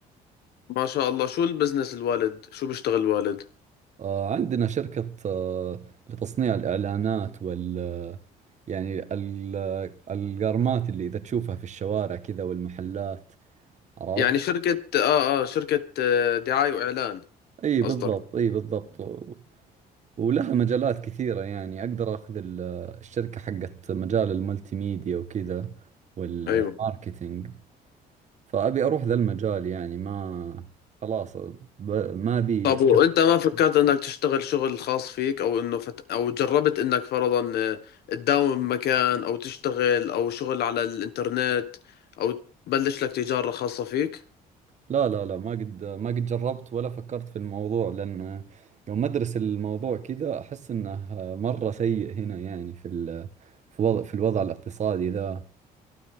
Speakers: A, on the left (about 70°); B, on the right (about 45°).
A: ما شاء الله شو البزنس الوالد شو بيشتغل الوالد
B: آه، عندنا شركة آه، لتصنيع الإعلانات وال يعني ال- القرمات اللي إذا تشوفها في الشوارع كذا والمحلات عرفت؟
A: يعني شركة آه آه شركة آه دعاية وإعلان
B: أي
A: قصدك
B: بالضبط أي بالضبط و- ولها مجالات كثيرة يعني أقدر أخذ ال- الشركة حقت مجال الملتي ميديا وكذا والماركتينج
A: أيوة
B: فأبي أروح ذا المجال يعني ما خلاص ب... ما أبي
A: طب وانت ما فكرت انك تشتغل شغل خاص فيك او انه فت... او جربت انك فرضا آه، تداوم مكان او تشتغل او شغل على الانترنت او تبلش لك تجارة خاصة فيك
B: لا لا لا ما قد ما قد جربت ولا فكرت في الموضوع لأن يوم أدرس الموضوع كذا أحس إنه مرة سيء هنا يعني في ال... في وضع... في الوضع الاقتصادي ذا